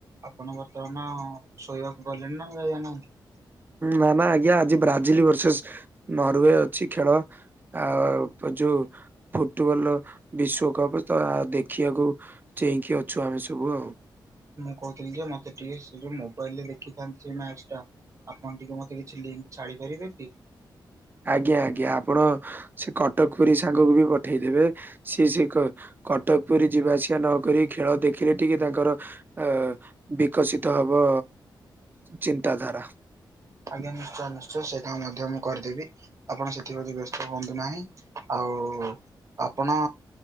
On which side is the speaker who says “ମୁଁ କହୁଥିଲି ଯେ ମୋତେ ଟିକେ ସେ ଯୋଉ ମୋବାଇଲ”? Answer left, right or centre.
Right